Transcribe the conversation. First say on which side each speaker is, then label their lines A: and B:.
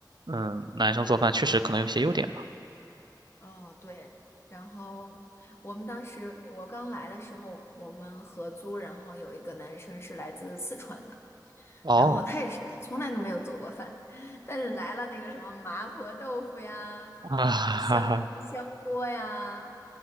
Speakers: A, on the right; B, on the left.
A: 嗯，男生做饭确实可能有些优点吧。
B: 哦，对，然后我们当时我刚来的时候，我们合租，然后有一个男生是来自四川的，
A: 哦
B: 然后他也是，他从来都没有做过饭，但是来了那个什么麻婆豆腐呀，
A: 啊，
B: 呃，
A: 哈哈
B: 香香锅呀，